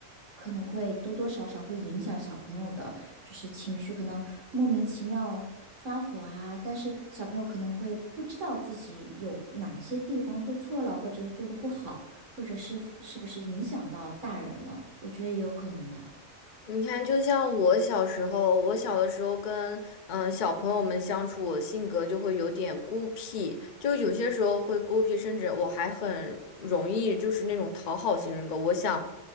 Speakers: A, on the right (about 65°); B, on the left (about 50°).
A: 可能会多多少少会影响小朋友的，就是情绪，可能莫名其妙发火啊，但是小朋友可能会不知道自己有哪些地方做错了，或者是做的不好，或者是是不是影响到大人了，我觉得也有可能的。
B: 你看，就像我小时候，我小的时候跟嗯小朋友们相处，我性格就会有点孤僻，就有些时候会孤僻，甚至我还很容易就是那种讨好型人格。我想，